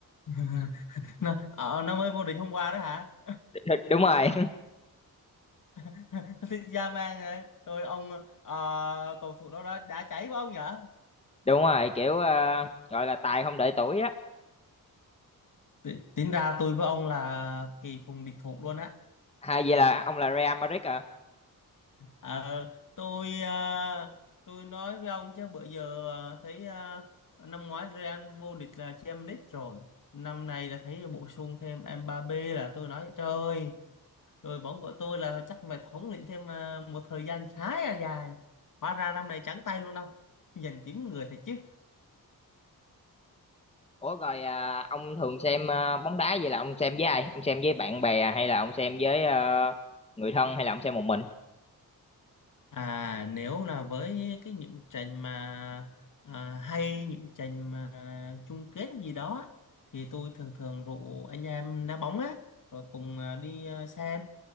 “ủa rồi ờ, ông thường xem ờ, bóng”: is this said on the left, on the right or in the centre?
Left